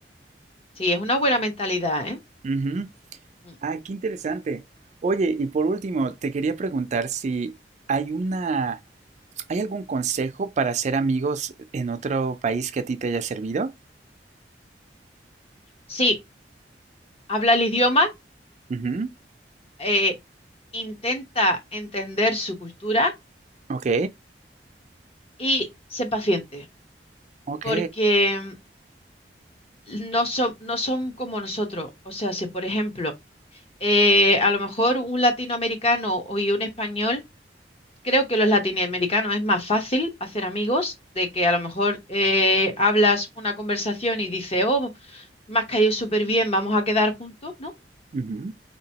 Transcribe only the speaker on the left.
Sí, es una buena mentalidad, ¿eh?
Mm.
Sí, habla el idioma,
eh, intenta entender su cultura
y sé paciente,
porque no son, no son como nosotros. O sea, si por ejemplo, eh, a lo mejor un latinoamericano o- y un español, creo que los latinoamericanos es más fácil hacer amigos, de que a lo mejor eh, hablas una conversación y dices, oh, me has caído súper bien, vamos a quedar juntos, ¿no?